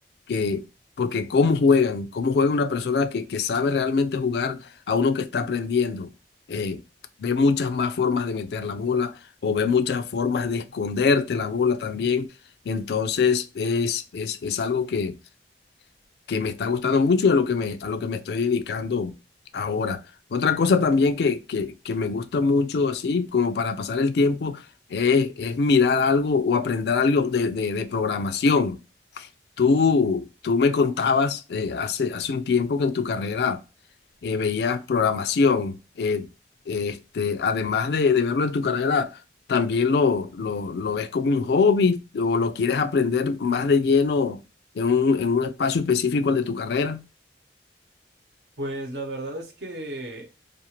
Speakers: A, on the left; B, on the right.
A: que, porque cómo juegan, cómo juega una persona que, que sabe realmente jugar a uno que está aprendiendo. Eh, ve muchas más formas de meter la bola o ve muchas formas de esconderte la bola también. Entonces es, es, es algo que que me está gustando mucho y a lo que me, a lo que me estoy dedicando ahora. Otra cosa también que, que, que me gusta mucho, así como para pasar el tiempo, es, es mirar algo o aprender algo de, de, de programación. Tú, tú me contabas eh, hace, hace un tiempo que en tu carrera eh, veías programación. eh, este, además de, de verlo en tu carrera, ¿también lo, lo, lo ves como un hobby o lo quieres aprender más de lleno en un, en un espacio específico al de tu carrera?
B: Pues la verdad es que